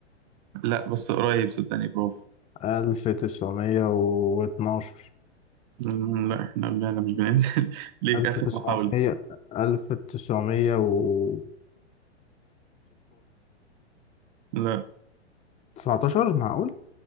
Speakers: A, on the right (about 45°); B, on the left (about 20°).
A: لا بس قريب صدقني برافو
B: 1912
A: مم، لا احنا لا لا مش بننزل <laughs> ليك
B: 1900
A: آخر محاولة
B: 1916
A: لا
B: 19 معقول